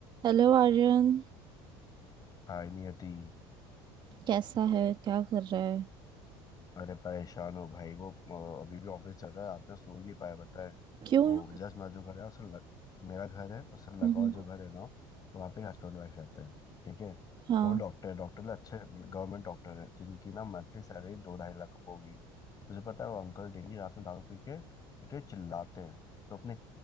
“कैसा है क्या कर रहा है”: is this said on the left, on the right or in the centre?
Right